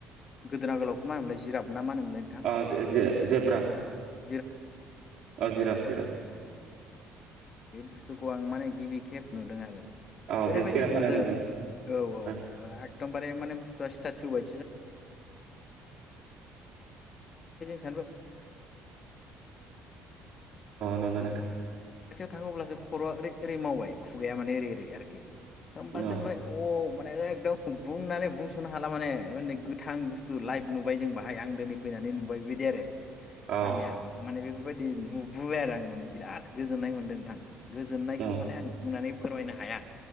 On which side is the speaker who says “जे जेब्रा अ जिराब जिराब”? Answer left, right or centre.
Right